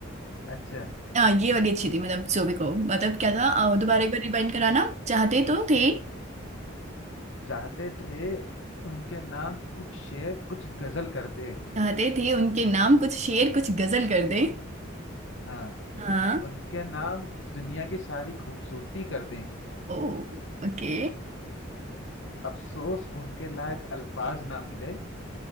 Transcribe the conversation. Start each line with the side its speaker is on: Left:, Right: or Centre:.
Left: अच्छा
Right: हाँ ये वाली अच्छी थी मतलब जो भी को मतलब क्या था अ, दोबारा
Left: हाँ
Right: एक बार रिवाइंड कराना चाहते तो थे
Left: चाहते थे उनके नाम कुछ शेर कुछ गजल कर दे
Right: चाहते थे उनके नाम कुछ शेर कुछ गजल कर दे
Left: हाँ
Right: हाँ
Left: उनके नाम इस दुनिया की सारी खूबसूरती कर दें
Right: ओ ओके
Left: अफसोस उनके लायक अल्फाज ना मिले